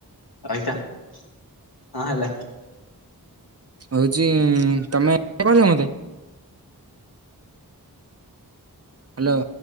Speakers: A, on the left; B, on the right.
A: ରଇତା। ହଁ ହେଲା।
B: ହଉଛି ତମେ ବେ କରିବ ମୋତେ? ହାଲୋ।